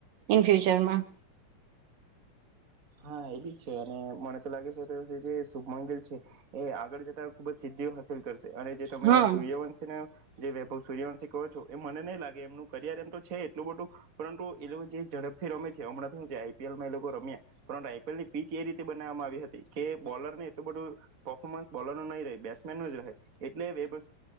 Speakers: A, on the right; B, on the right.
A: ઇન ફ્યુચરમાં
B: હા એ બી છે અને મને તો લાગે છે. શુભમંગિલ છે એ આગળ જતા ખુબ જ સિદ્ધિઓ હાસિલ કરશે અને જે તમે
A: હા
B: સૂર્યવ જે વૈભવ સૂર્યવંશ કહો છો એ મને નહીં લાગે એમનું કરિયર એમ તો છે એટલું બધું પરંતુ એ લોકો જે ઝડપથી રમે છે હમણાં છે આઈપીએલમાં એ લોકો રમ્યા પરંતુ આઈપીએલ ની પીચ એ રીતે બનાવવામાં આવી હતી કે બોલરને એટલું બધું પર્ફોર્મન્સ બોલર નહીં રહે, બેટ્સમેન ન જ રહે, એટલે બેં